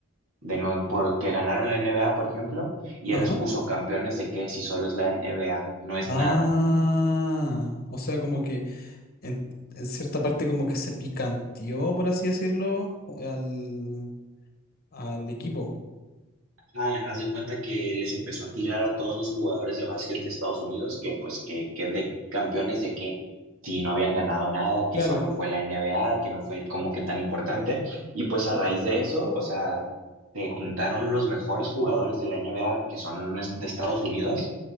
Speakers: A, on the right; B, on the left.
A: de no, porque ganaron la NBA, por ejemplo, y
B: Ajá.
A: él les puso campeones de que si solo es la NBA, no es
B: Ah,
A: nada.
B: o sea, como que en, en cierta parte como que se picanteó, por así decirlo, al, al equipo.
A: Ah, haz de cuenta que les empezó a tirar a todos los jugadores de básquet de Estados Unidos que pues que, que de campeones de que si no habían ganado nada, que
B: Claro,
A: solo fue la NBA, que no fue como que tan importante. Y pues a raíz de eso, o sea, se juntaron los mejores jugadores de la NBA que son es- de Estados Unidos